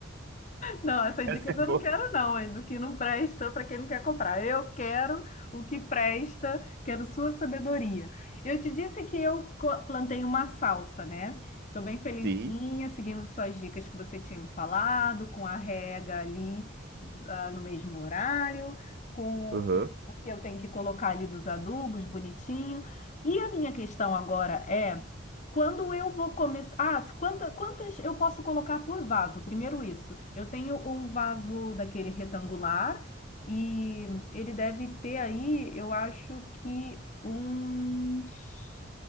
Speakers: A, on the left; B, on the right.
A: Não, essas
B: Essa
A: dicas
B: é boa.
A: eu não quero, não, hein? Do que não presta para quem não quer comprar. Eu quero o que presta, quero sua sabedoria. Eu te disse que eu co- plantei uma salsa, né? Estou bem felizinha,
B: Sim,
A: seguindo suas dicas que você tinha me falado, com a rega ali, ah, no mesmo horário, com
B: Aham.
A: o que eu tenho que colocar ali dos adubos bonitinho. E a minha questão agora é. Quando eu vou começar. Ah, quantas, quantas eu posso colocar por vaso? Primeiro, isso. Eu tenho um vaso daquele retangular e ele deve ter aí, eu acho que uns.